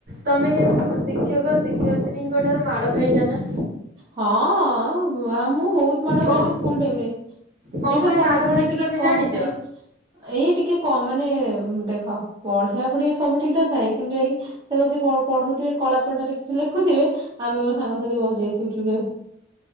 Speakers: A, on the right (about 50°); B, on the right (about 25°).
A: ତମେ କେବେ ତମ ଶିକ୍ଷକ ଶିକ୍ଷୟତ୍ରୀଙ୍କ ଠାରୁ ମାଡ ଖାଇଛ ନା?
B: ହଁ ଅଁ ଅଁ ଆଉ ମୁଁ ବହୁତ ମାଡ
A: କଣ
B: ଖାଇଛି ସ୍କୁଲ ଟାଇମରେ।
A: କଣ
B: ଏଇ
A: ପାଇଁ
B: ବା ପଢାପଢି
A: ମାଡ଼ ଖାଇଛ
B: ଟିକେ
A: ତମେ
B: କମ
A: ଜାଣିଛ?
B: ପାଇଁ ଏଇ ଟିକେ କମ ମାନେ ଦେଖ ପଢିବା ପଢିବା ସବୁ ଠିକଠାକ ଥାଏ କିନ୍ତୁ ଏ କି ସେ ବସି ପ ପଢୁଥିବେ କଳାପଟରେ କିଛି ଲେଖୁଥିବେ ଆମେ ମୋ ସାଙ୍ଗସାଥି ବସି ଯାଇଥିବୁ ଚୁଗ